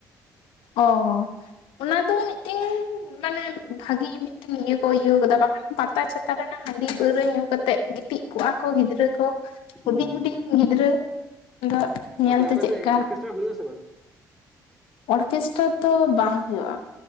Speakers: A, on the left; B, in the centre.
A: ᱚ ᱚᱱᱟ ᱫᱚ ᱢᱤᱜᱴᱮᱱ ᱢᱟᱱᱮ ᱵᱷᱟᱜᱤ ᱢᱤᱜᱴᱮᱱ ᱤᱭᱟᱹ ᱠᱚ ᱤᱭᱟᱹᱣ ᱠᱟᱫᱟ, ᱵᱟᱠᱷᱟᱱ ᱯᱟᱛᱟ ᱪᱷᱟᱛᱟ ᱨᱮᱱᱟᱜ ᱦᱟᱸᱰᱤ ᱯᱟᱹᱣᱨᱟᱹ ᱧᱩ ᱠᱟᱛᱮᱜ ᱜᱤᱛᱤᱡ ᱠᱚᱜᱼᱟ ᱠᱚ ᱜᱤᱫᱽᱨᱟᱹ ᱠᱚ
B: ᱦᱩᱸ
A: ᱦᱩᱰᱤᱧ ᱦᱩᱰᱤᱧ ᱜᱤᱫᱽᱨᱟᱹ ᱟᱫᱚ ᱧᱮᱞᱛᱮ
B: ᱟᱯᱮ ᱟᱯᱮ
A: ᱪᱮᱫᱠᱟ
B: ᱥᱮᱜ ᱚᱨᱠᱮᱥᱴᱟᱨ ᱦᱩᱭᱩᱜ ᱟᱥᱮ ᱵᱟᱝ?
A: ᱚᱨᱠᱮᱥᱴᱚᱨ ᱛᱚ ᱵᱟᱝ ᱦᱩᱭᱩᱜᱭᱼᱟ᱾